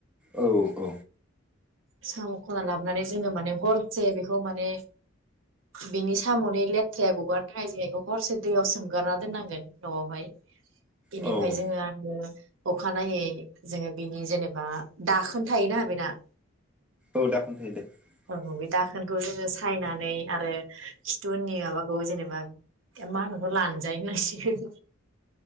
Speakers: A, in the centre; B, on the right.
A: औ औ
B: साम खनना लाबनानै जोङो माने हरसे बेखौ माने बिनि सामनि लेथ्राया गगारनो थाखाय जों इखौ हरसे दैयाव सोमगारना दोननांगोन नआवहाय बिनिफाय
A: औ
B: जोङो आरो अखानायै जोङो बिनि जेनेबा दाखोन थायोना बेना
A: औ दखोन थायो दे ।
B: औ बे दाखोनखौ जोङो सायनानै आरो खिथु उननि माबाखौ जेनेबा मा होनोखौ लानजाइ होनांसिगोन